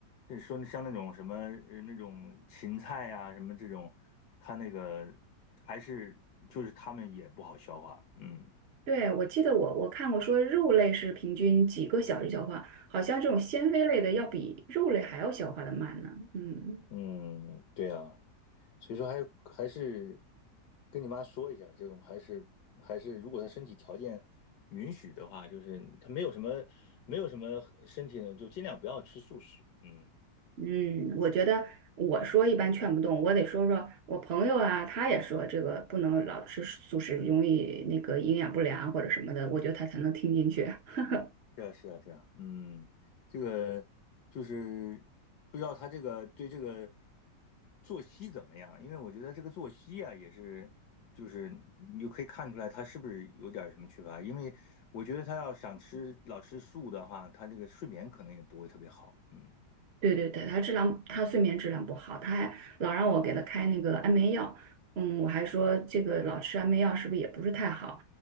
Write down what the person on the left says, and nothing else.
就是说像那种什么呃那种芹菜呀、什么这种，它那个还是就是它们也不好消化。嗯
嗯，对呀。所以说还是还是跟你妈说一下，这种还是还是，如果她身体条件允许的话，就是她没有什么没有什么身体呢，就尽量不要吃素食。嗯，
是啊，是啊，是啊，嗯，这个就是不知道她这个对这个作息怎么样，因为我觉得这个作息啊也是。就是你就可以看出来她是不是有点什么缺乏，因为我觉得她要想吃老吃素的话，她这个睡眠可能也不会特别好。嗯。